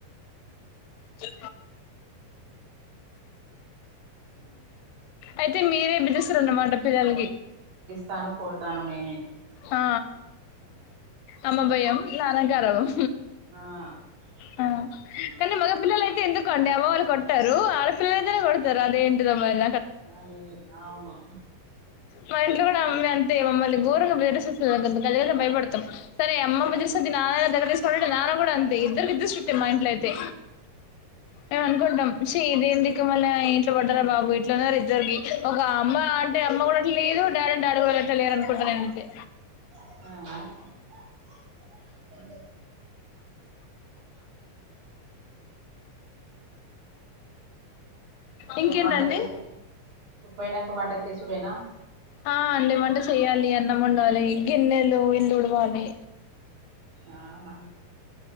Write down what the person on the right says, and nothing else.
తను కొడుతాను నేన్
ఆ
మరి అవును
ఆ ఆ
వంట చేసే పోయినాక వంట చేసుడేనా
ఆహ